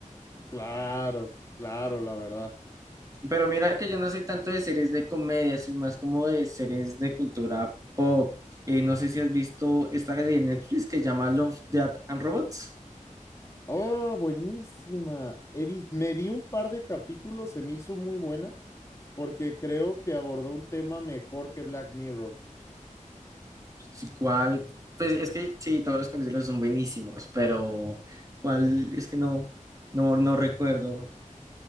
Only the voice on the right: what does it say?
Pero mira que yo no soy tanto de series de comedia, soy más como de series de cultura pop. Eh, no sé si has visto esta de Netflix que llama Love, Death and Robots.
Sí, ¿cuál? Pues es que sí, todos los capítulos son buenísimos, pero ¿cuál? Es que no, no, no recuerdo.